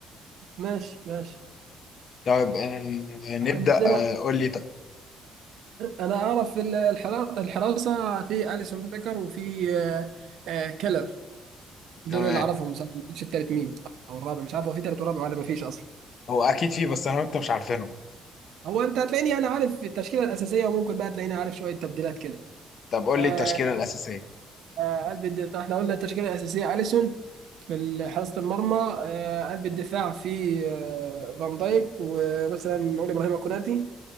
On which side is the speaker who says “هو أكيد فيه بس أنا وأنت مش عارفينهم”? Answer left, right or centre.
Left